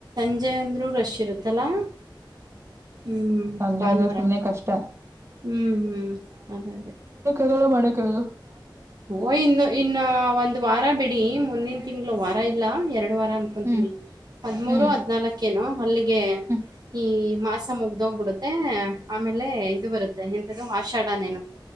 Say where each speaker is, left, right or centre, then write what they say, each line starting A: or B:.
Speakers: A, on the right (about 50°); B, on the right (about 30°).
A: ವಿಜಯಂದರು ರಶ್ ಇರುತ್ತಲ್ಲಾ. ಹ್ಮ್
B: ಸಂಜ
A: ಭಾನುವಾರ
B: ಆದ್ರೂ ಸುಮ್ಮ್ನೆ ಕಷ್ಟ.
A: ಹ್ಮ್ ಹ್ಮ್ ಅದೇ ಅದೇ
B: ಲ್ಲ ಮಾಡ ಕೇಳು
A: ಓ ಇಂದು ಇನ್ನ ಒಂದ್ ವಾರ ಬಿಡಿ ಮುಂದಿನ ತಿಂಗಳು ವಾರ ಇಲ್ಲ ಎರಡು ಎಡು ವಾರ ಅನ್ಕೊತನಿ
B: ಹ್ಮ್
A: ಹದ್ಮೂರು
B: ಹ್ಮ್
A: ಹದ್ನಲ್ಕೇನು ಅಲ್ಲಿಗೆ
B: ಹ್ಮ್
A: ಈ ಮಾಸ ಮುಗ್ದೋಗ್ಬಿಡುತ್ತೆ ಆಮೇಲೆ ಇದು ಬರುತ್ತೆ ಎಂತ್ದು ಆಷಾಢನೇನು